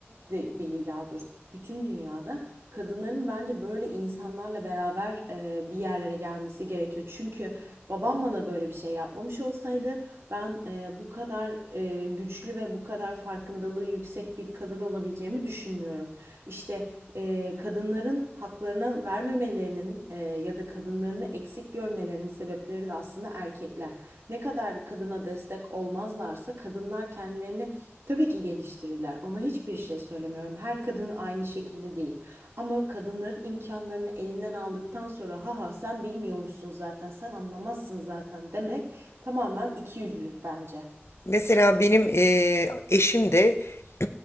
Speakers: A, on the right; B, on the left.
A: de, değil daha doğrusu bütün dünyada kadınların bence böyle insanlarla beraber e, bir yerlere gelmesi gerekiyor. Çünkü babam bana böyle bir şey yapmamış olsaydı ben e, bu kadar e, güçlü ve bu kadar farkındalığı yüksek bir kadın olabileceğimi düşünmüyorum. İşte e, kadınların haklarına vermemelerinin e, ya da kadınlarını eksik görmelerinin sebepleri de aslında erkekler. Ne kadar kadına destek olmazlarsa kadınlar kendilerini Tabii ki geliştirirler. Ona hiçbir şey söylemiyorum. Her kadın aynı şekilde değil. Ama kadınların imkanlarını elinden aldıktan sonra ha ha sen bilmiyormuşsun zaten, sen anlamazsın zaten demek tamamen ikiyüzlülük bence.
B: Mesela benim eee, eşim de <clears throat>